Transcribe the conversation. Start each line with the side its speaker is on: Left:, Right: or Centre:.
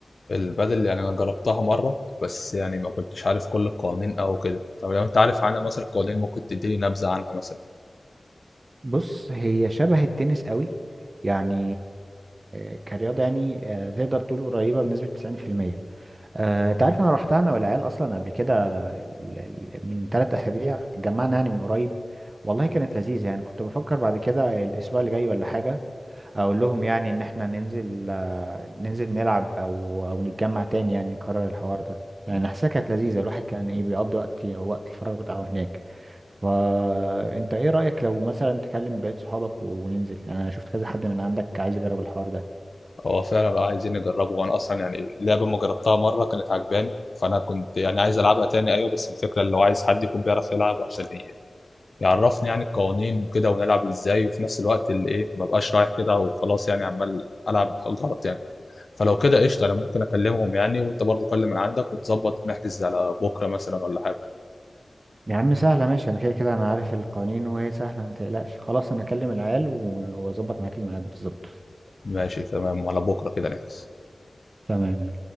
Left: البدل يعني أنا جربتها مرة بس يعني ما كنتش عارف كل القوانين أو كده طب لو أنت عارف عنها مثلا القوانين ممكن تديني نبذة عنها مثلا
Right: بص هي شبه التنس قوي يعني آه، كرياضة يعني آه، تقدر تقول قريبة بنسبة 90% آه، انت عارف انا رحتها انا والعيال اصلا قبل كده ال- ال- من ثلاث اسابيع اتجمعنا يعني من قريب والله كانت لذيذه يعني كنت بفكر بعد كده الاسبوع اللي جاي ولا حاجه اقول لهم يعني ان احنا ننزل آه، ننزل نلعب او او نتجمع تاني يعني نكرر الحوار ده يعني حاسسها كانت لذيذه الواحد كان ايه بيقضي وقت وقت الفراغ بتاعه هناك فانت ايه رايك لو مثلا تكلم بقية صحابك و- وننزل يعني انا شفت كذا حد من عندك عايز يجرب الحوار ده
Left: هو فعلا بقى عايزين نجربه وأنا أصلا يعني اللعبة ما جربتها مرة كانت عجباني فأنا كنت يعني عايز ألعبها تاني أيوة بس الفكرة اللي هو عايز حد يكون بيعرف يلعب عشان يعرفني يعني القوانين وكده ونلعب ازاي وفي نفس الوقت اللي ايه ما بقاش رايح كده وخلاص يعني عمال العب غلط يعني فلو كده قشطه انا ممكن اكلمهم يعني وانت برضو كلم من عندك ونظبط ونحجز على بكره مثلا ولا حاجه
Right: يا عم سهلة ماشي أنا كده كده أنا عارف القوانين وهي سهلة ما تقلقش خلاص أنا أكلم العيال و- وأظبط معاك الميعاد بالظبط
Left: ماشي تمام على بكره كده نحجز
Right: تمام يلا